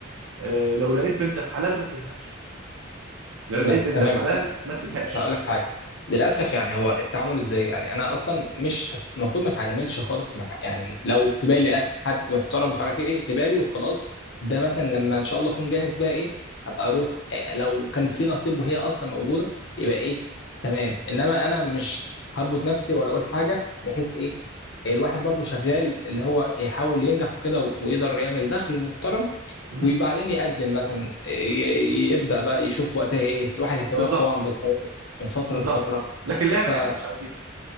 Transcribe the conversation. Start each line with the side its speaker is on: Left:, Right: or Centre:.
Right: آه، لو لقيت بنت الحلال ما تسيبهاش لو
Left: بس
Right: لقيت بنت
Left: تمام
Right: الحلال ما تسيبهاش
Left: بس هقول لك حاجه للاسف يعني هو التعامل ازاي يعني انا اصلا مش هت- المفروض ما اتعاملش خالص مع يعني لو في بالي لقيت حد محترم مش عارف ايه في بالي وخلاص ده مثلا لما ان شاء الله اكون جاهز بقى ايه هبقى اروح إيه لو كان في نصيب وهي اصلا موجوده يبقى ايه تمام انما انا مش هربط نفسي ولا اقول حاجه بحيث ايه الواحد برضو شغال اللي هو يحاول ينجح وكده ويقدر يعمل دخل محترم
Right: مهم.
Left: وبعدين يقدم مثلا ي- ي- يبدأ بقى يشوف وقتها ايه الواحد اهتماماته
Right: بالظبط
Left: طبعا بتتغير من فترة
Right: بالظبط
Left: لفترة
Right: لكن لعب
Left: فا
Right: عيال مش عايزينه